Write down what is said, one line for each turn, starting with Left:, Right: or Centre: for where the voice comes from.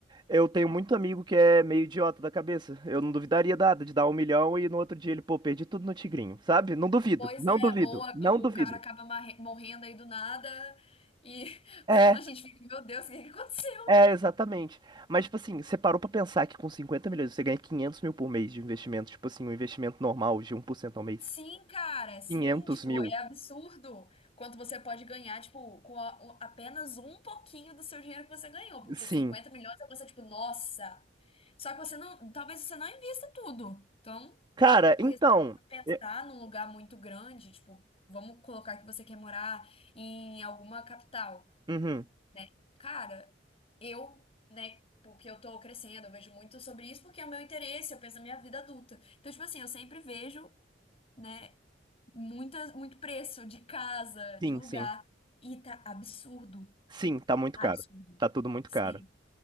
Right: Eu tenho muito amigo que é meio idiota da cabeça. Eu não duvidaria nada de dar um milhão e no outro dia ele, pô, perdi tudo no Tigrinho, sabe? Não duvido,
Left: Pois
Right: não
Left: é,
Right: duvido,
Left: ou a-
Right: não
Left: o
Right: duvido.
Left: cara acaba marre- morrendo aí do nada e <laughs>
Right: É,
Left: a gente fica, meu Deus, o que que aconteceu?
Right: é, exatamente. Mas, tipo assim, você parou pra pensar que com 50 milhões você ganha 500 mil por mês de investimento, tipo assim, um investimento normal de um por cento ao mês.
Left: Sim, cara, sim,
Right: Quinhentos
Left: tipo,
Right: mil,
Left: é absurdo quanto você pode ganhar, tipo, com a- o- apenas um pouquinho do seu dinheiro que você ganhou, porque
Right: sim.
Left: 50 milhões é você, tipo, nossa. Só que você não, talvez você não invista tudo. Então,
Right: Cara,
Left: porque
Right: então.
Left: se você pensar
Right: é-
Left: num lugar muito grande, tipo, vamos colocar que você quer morar em alguma capital.
Right: Uhum,
Left: né? Cara, eu, né, porque eu tô crescendo, eu vejo muito sobre isso, porque é o meu interesse, eu penso na minha vida adulta. Então, tipo assim, eu sempre vejo, né, muitas, muito preço de casa, de
Right: sim,
Left: lugar,
Right: sim.
Left: e tá absurdo.
Right: Sim, tá muito
Left: Tá
Right: caro.
Left: absurdo.
Right: Tá tudo muito
Left: Sim.
Right: caro.